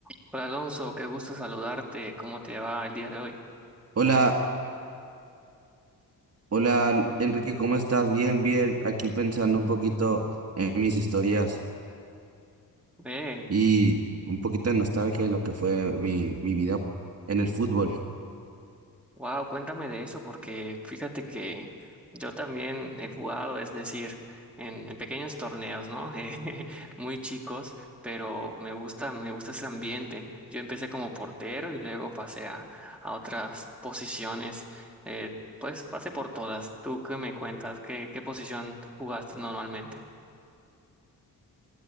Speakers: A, in the centre; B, on the right.
A: Hola Alonso, qué gusto saludarte. ¿Cómo te va el día de hoy?
B: Hola, hola Enrique, ¿cómo estás? Bien, bien. Aquí pensando un poquito en mis historias
A: Hey,
B: y un poquito de nostalgia en lo que fue mi, mi vida en el fútbol.
A: wow, cuéntame de eso porque fíjate que yo también he jugado, es decir, en, en pequeños torneos, ¿no? <laughs> Eh, Muy chicos, pero me gusta, me gusta ese ambiente. Yo empecé como portero y luego pasé a, a otras posiciones. Eh, pues pasé por todas. ¿Tú qué me cuentas? ¿Qué, qué posición jugaste normalmente?